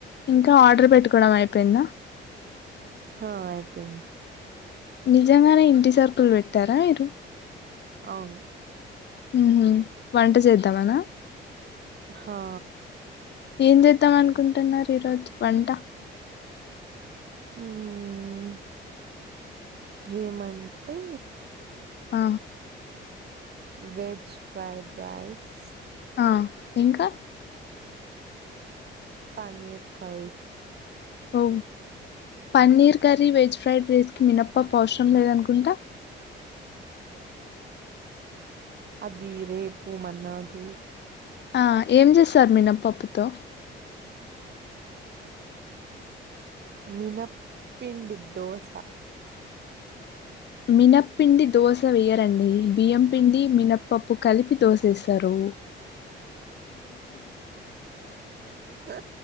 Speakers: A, on the left; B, on the right.
A: ఇంకా ఆర్డర్ పెట్టుకోవడం అయిపోయిందా?
B: హా అయిపోయింది.
A: నిజంగానే ఇంటి సర్కుల్ బెట్ టార మీరు?
B: అవును
A: మ్మ్ వంట చేద్ త్తమనా
B: హా
A: ఏం చేద్దాం అనుకుంటన్నారు ఈరోజు వంట
B: ఉమ్ ఏమంటే
A: ఆ
B: వెజ్ ఫ్రయిడ్ రైస్
A: ఆ ఇంకా
B: పనీర్ కర్రీ
A: ఓ పన్నీర్ కర్రీ వెజ్ ఫ్రైడ్ రైస్కి మినపప్పు అవసరం లేదనుకుంటా
B: అదిీ రే పూ మన్నాడూ
A: ఆ ఏం చేస్తారు మినప్పప్పుతో
B: మినప్పిండి దోస
A: మినపిిండి దోశ వేయ్యరండి బియ్యం పిండి మినప్పప్పు కలిపి దోశ వేస్తారు
B: హ